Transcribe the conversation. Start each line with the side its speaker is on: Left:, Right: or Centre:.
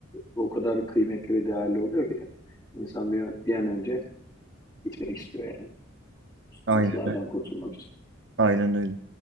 Left: o kadar kıymetli ve değerli oluyor ki insan bir, bir an önce gitmek istiyor yani sıkıntılardan
Right: Aynen öyle.
Left: kurtulmak için.
Right: Aynen öyle.